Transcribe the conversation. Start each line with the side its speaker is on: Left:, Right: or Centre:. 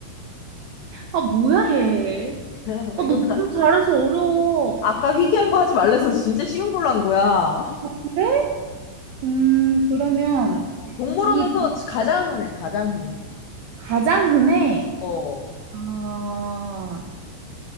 Right: 아, 뭐야, 얘.
Left: <laughs>
Right: 아,
Left: 이건
Right: 너 너무 잘해서 어려워.
Left: 아까 희귀한
Right: 그,
Left: 거 하지 말래서 진짜 쉬운 걸로 한 거야.
Right: 그래? 음, 그러면,
Left: 어, 동물원에서
Right: 이 도-
Left: 가장 흔해, 가장 흔해.
Right: 가장 흔해,
Left: 어,
Right: 아,